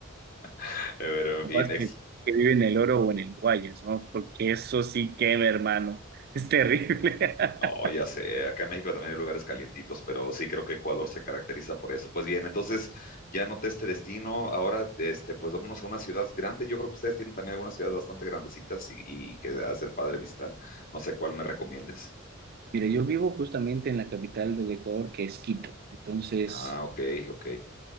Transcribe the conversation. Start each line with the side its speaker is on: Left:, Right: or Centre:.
Left: <laughs> Pero en
Right: Capaz
Left: fin, ex-
Right: que, que vive en el Oro o en el Guayas, ¿no? Porque eso sí quema, hermano. Es terrible. <laughs>
Left: No, ya sé, acá en México también hay lugares calientitos, pero sí creo que Ecuador se caracteriza por eso. Pues bien, entonces ya noté este destino, ahora este, pues vámonos a una ciudad grande. Yo creo que ustedes tienen también algunas ciudades bastante grandecitas y, y que hacer padre visitar. No sé cuál me recomiendes.
Right: Mira, yo vivo justamente en la capital del Ecuador, que es Quito. Entonces,
Left: Ah, ok, ok.